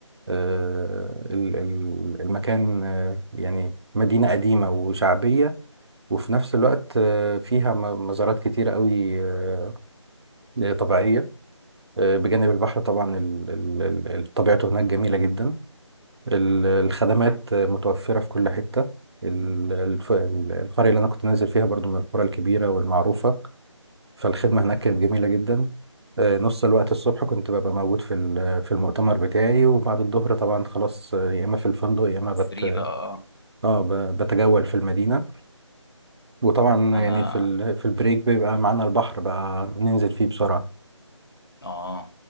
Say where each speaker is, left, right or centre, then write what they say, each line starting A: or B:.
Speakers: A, on the right (about 55°); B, on the left (about 50°).
A: آه، ال- ال- المكان آه، يعني مدينة قديمة وشعبية وفي نفس الوقت آه، فيها م- مزارات كتيرة قوي آه، طبيعية آه، بجانب البحر طبعا ال- ال- ال- ال- طبيعته هناك جميلة جدا ال- الخدمات آه، متوفرة في كل حتة ال- الف- ال- القرية اللي أنا كنت نازل فيها برضو من القرى الكبيرة والمعروفة فالخدمة هناك كانت جميلة جدا آه، نص الوقت الصبح كنت ببقى موجود في ال- في المؤتمر بتاعي وبعد الظهر طبعا خلاص آه، يا إما في الفندق يا إما بت
B: فري بقى آه
A: اه ب- بتجول في المدينة وطبعا
B: أنا
A: يعني في ال... في البريك بيبقى معانا البحر بقى ننزل فيه بسرعة
B: آه